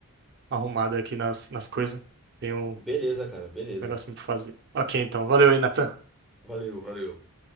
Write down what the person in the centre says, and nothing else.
Beleza, cara, beleza.
Valeu, valeu.